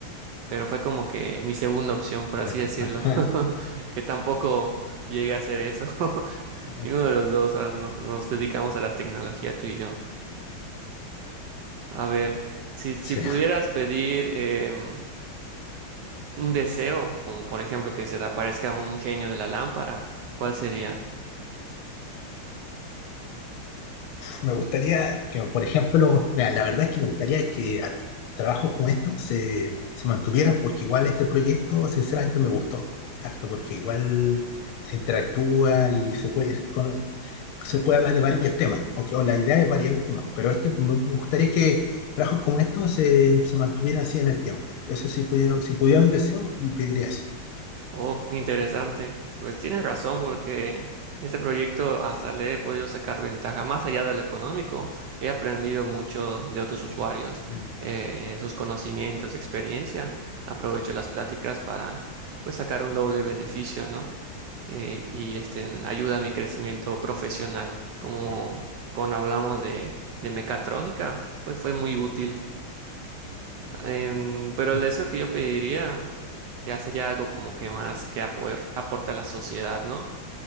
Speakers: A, on the right; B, on the left.
A: pero fue como que mi segunda opción, por
B: Jurassic
A: así decirlo,
B: Park.
A: <laughs> que tampoco llegué a hacer eso, <laughs>
B: <laughs>
A: ninguno de los dos ah, no- nos dedicamos a la tecnología, tú y yo. A ver, si, si
B: Sí.
A: pudieras pedir em, un deseo, como por ejemplo que se te aparezca un genio de la lámpara, ¿cuál sería?
B: Me gustaría que, por ejemplo, mira, la verdad es que me gustaría que a- trabajos como estos se, se mantuvieran, porque igual este proyecto, sinceramente, me gustó harto, porque igual se interactúa y se puede, con- se puede hablar de varios temas, aunque o la idea es variar de temas, pero este, me me gustaría que trabajos como estos se, se mantuvieran así en el tiempo. Eso sí, pudiera, si pudiera un deseo, pediría eso.
A: Oh, interesante. Pues tienes razón porque este proyecto hasta le he podido sacar ventaja más allá de lo económico. He aprendido mucho de otros usuarios,
B: Mm,
A: eh, sus conocimientos, experiencia. Aprovecho las pláticas para pues sacar un doble beneficio, ¿no? Eh, y este ayuda a mi crecimiento profesional. Como
B: mm,
A: cuando hablamos de, de mecatrónica, pues fue muy útil. Em, pero el
B: mm,
A: deseo que yo pediría ya sería algo como que más que apoyar, aporta a la sociedad, ¿no?